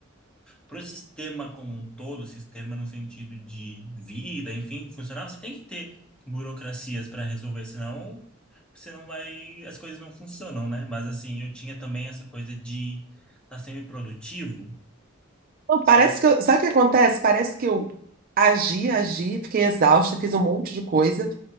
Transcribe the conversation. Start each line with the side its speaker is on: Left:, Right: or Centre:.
Centre: Para o sistema como um todo, sistema no sentido de vida, enfim, funcionar, você tem que ter burocracias para resolver, senão você não vai, as coisas não funcionam, né? Mas assim, eu tinha também essa coisa de estar tá sempre produtivo,
Right: Não, parece
Centre: só
Right: que eu, sabe o que acontece? Parece que eu agi, agi, fiquei exausta, fiz um monte de coisa